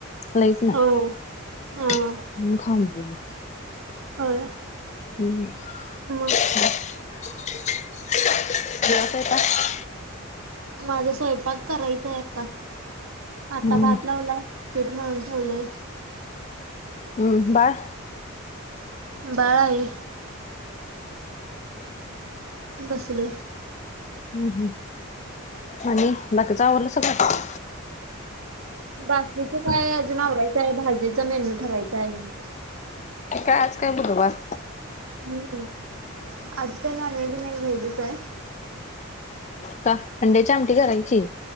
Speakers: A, on the left; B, on the right.
A: लाईट नाही
B: होय हा
A: <unintelligible>
B: होय.
A: हम्
B: मग
A: <unintelligible>
B: माझा स्वयंपाक करायचाय आता, आता
A: हम्म
B: भात लावलाय. पीठ मळून ठेवलंय.
A: हम्म, बाळ.
B: बाळ आहे. बसलय.
A: हम् आणि बाकीच आवरलं सगळं?
B: बाकीचं काय अजून आवरायचंय भाजीचा मेन्यू ठरायचाय अजून
A: का आज काय बुधवार
B: हम्. आज काय नॉनव्हेज नाही व्हेजच आहे.
A: का? अंड्याची आमटी करायची